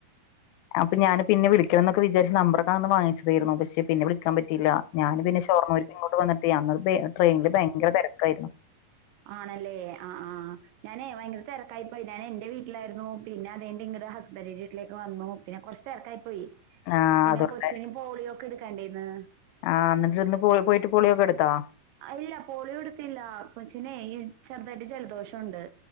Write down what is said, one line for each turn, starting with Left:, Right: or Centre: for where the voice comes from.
Left: അപ്പൊ ഞാന് പിന്നെ വിളിക്കണംമൊക്കെ വിചാരിച്ച നമ്പൊക്കെ അന്ന് വാങ്ങിച്ചതായിരുന്നു പക്ഷെ പിന്നെ വിളിക്കാൻ പറ്റയില്ല ഞാൻ പിന്നെ ഷൊർണുർന്ന് ഇങ്ങോട്ട് വന്നട്ട് അന്ന്ത് ട്രെയിനില് ഭയര തിരക്കായിരുന്നു
Right: ആണല്ലേ ആ ആ ഞാനേ ഭയങ്കര തിരക്കായിപ്പോയി ഞാൻ എന്റെ വീട്ടിലായിരുന്നു പിന്നെ അതെറെ ഇങ്ങളടെ ഹസ്ബൻഡന്റെ വീട്ടിലേക്ക് വന്നു പിന്നെ കുറച്ച് തെർക്കായി പോയി
Left: ആഹ്
Right: പിന്നെ
Left: അതുകൊണ്ടാ
Right: കൊച്ചിന പോളിയോ ഒക്കെ എടുക്കാണ്ടായിന്ന്
Left: ആഹ് എന്നിട്ട്ന്ന് പോളി പോയിട്ട് പോളിയ ഒക്കെ എടുത്തോ?
Right: ഇല്ല പോളിയോ എടുത്തില്ല കൊച്ചിനെ ഈ ചെറുതായിട്ട് ജലദോഷം ഉണ്ട്